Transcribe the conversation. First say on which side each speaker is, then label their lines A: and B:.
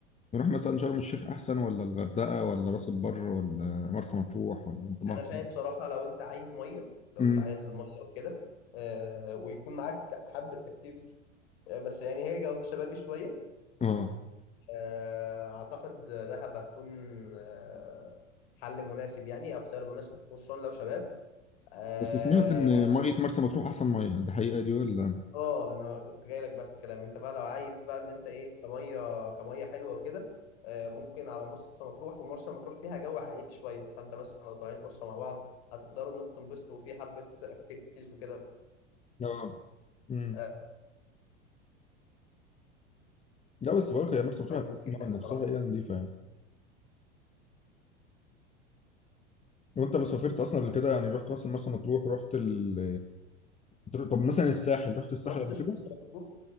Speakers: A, on the left; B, on the left.
A: نروح مثلا شرم الشيخ احسن ولا الغردقة ولا راس البر ولا مرسى مطروح ولا انت مرسى
B: انا شايف صراحة لو انت عايز مية لو
A: امم
B: انت عايز المية وكده آه، ويكون معاك حبة اكتيفيتي آه، بس يعني هي جوها شبابي شوية
A: اه
B: آه، أعتقد دهب هتكون آه، حل مناسب يعني أو اختيار مناسب خصوصا لو شباب آه
A: بس سمعت ان مية مرسى مطروح احسن مية دي حقيقة دي ولا
B: آه، أنا كنت جاي لك بقى في الكلام أنت بقى لو عايز بقى إن أنت إيه كمية كمية حلوة وكده آه، ممكن على مرسى مطروح ومرسى مطروح فيها جو عائلي شوية فأنت مثلا لو طالعين أسرة مع بعض هتقدروا إنكم تنبسطوا في حبة أكتيفيتيز وكده
A: اه امم
B: آه،
A: لا بس برضه هي مرسى مطروح
B: يعني
A: هتحس
B: ممكن
A: إن
B: يتعمل
A: هو نفسها
B: صراحة
A: هي نظيفة يعني وانت لو سافرت اصلا قبل كده يعني رحت مثلا مرسى مطروح رحت ال طب مثلا الساحل رحت الساحل
B: ما رحتش
A: قبل كده؟
B: مرسى مطروح